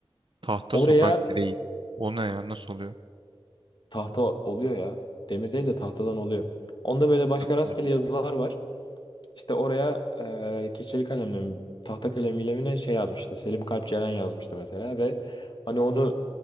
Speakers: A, on the right; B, on the left.
A: tahta
B: Oraya
A: sokak direği. O ne ya? Nasıl oluyor?
B: tahta oluyor ya. Demir değil de tahtadan oluyor. Onda böyle başka
A: Hatırlamıyorum.
B: rastgele yazılar var. İşte oraya e, keçeli kalemle mi, tahta kalemiyle mi ne şey yazmıştı. Selim Kalp Ceren yazmıştı mesela ve hani onu